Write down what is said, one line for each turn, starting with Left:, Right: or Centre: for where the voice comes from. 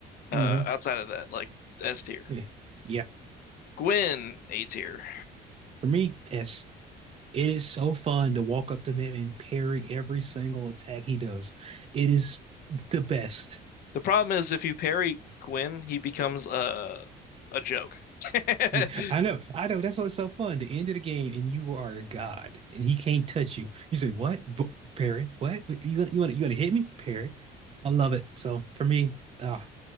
Left: Uh,
Right: hmm
Left: outside of that, like S tier.
Right: Yeah. Yeah.
Left: Gwyn, A tier.
Right: For me, S. It is so fun to walk up to him and parry every single attack he does. It is the best.
Left: The problem is if you parry Gwyn, he becomes a a joke. <laughs> I'm
Right: Yeah, I know, I know. That's what's so fun. The end of the game, and you are a god, and he can't touch you. You say, "What, B parry? What? You gonna you gonna you gonna hit me, parry?" I love it. So for me, uh,